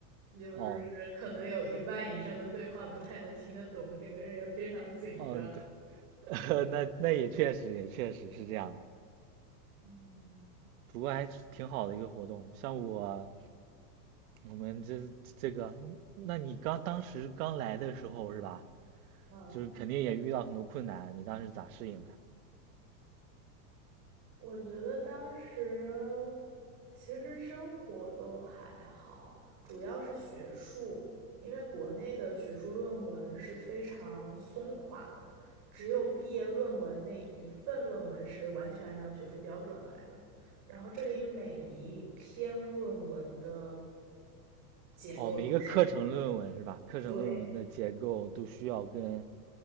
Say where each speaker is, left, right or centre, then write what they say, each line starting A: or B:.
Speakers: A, on the right (about 40°); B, on the right (about 60°).
A: 就是可能有一半以上的对话不太能听得懂，
B: 哦，
A: 整个人也非常紧张。
B: 嗯，对，<laughs> 那那也确实也确实是这样的，
A: 嗯。
B: 不过还是挺好的一个活动，像我。我们这这个，那你刚当时刚来的时候是吧？
A: 嗯，
B: 就是肯定也遇到很多困难，你当时咋适应的？
A: 我觉得当时其实生活都还好，主要是学术，因为国内的学术论文是非常松垮的，只有毕业论文那一份论文是完全按照学术标准来的。然后这里每一篇论文的结构都是，
B: 哦，每个课程论文是吧？课程论文的结构都需要跟
A: 对，